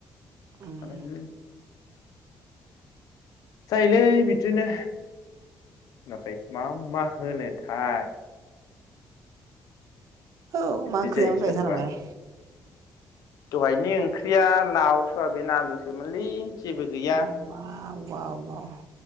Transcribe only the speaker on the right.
उम
औ
मा ओंख्रि
जायामोन दहाय
सानावलाय?
<inaudible> वाव वाव।